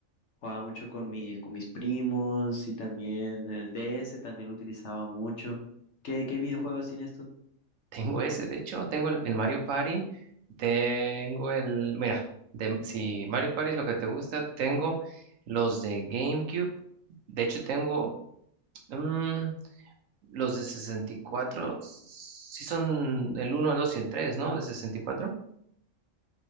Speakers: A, on the left; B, on the right.
A: Jugaba mucho con mis, con mis primos y también en el DS también lo utilizaba mucho. ¿Qué, qué videojuegos tienes tú?
B: Tengo ese, de hecho, tengo el, el Mario Party, tengo el, mira, de- si Mario Party es lo que te gusta, tengo los de GameCube, de hecho tengo mm, los de sesenta y cuatro sí son el uno el 2 y el tres ¿no? De sesenta y cuatro